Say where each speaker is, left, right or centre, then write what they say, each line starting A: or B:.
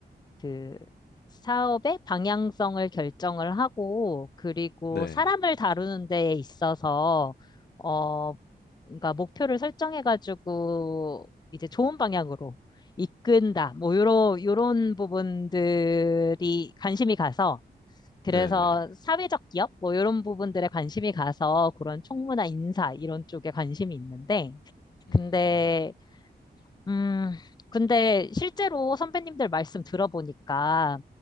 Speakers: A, on the left; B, on the left.
A: 그 사업의 방향성을 결정을 하고 그리고
B: 네.
A: 사람을 다루는 데에 있어서 어 그러니까 목표를 설정해가지고 이제 좋은 방향으로 이끈다 뭐 요런 요런 부분들이 관심이 가서 그래서
B: 네네.
A: 사회적 기업 뭐 요런 부분들에 관심이 가서 그런 총무나 인사 이런 쪽에 관심이 있는데
B: 음.
A: 근데 음, 근데 실제로 선배님들 말씀 들어보니까